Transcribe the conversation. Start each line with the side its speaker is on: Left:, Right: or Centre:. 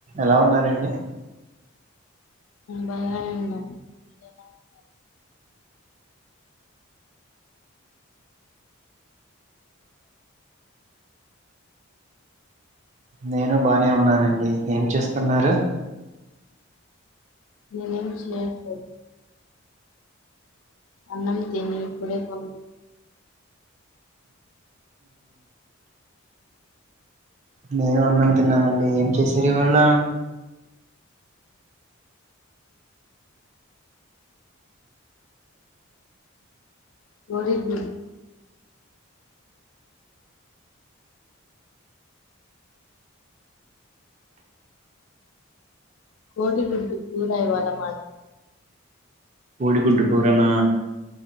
Right: ఎలా ఉన్నారండి
Left: బాగానే ఉన్నం మీరు అలా ఉన్నారు
Right: నేను బానే ఉన్నానండి ఏం చేస్తున్నారు
Left: ననేను చేయట్లేదు అన్నం తిని ఇపుడే పో
Right: నేను అన్నం తిన్నానండి ఏం చేసిరు ఇవాళ
Left: కోడి గుడ్ కోడి గుడ్డు కూర ఇవాల మాద్
Right: కోడిగుడ్డు కూరనా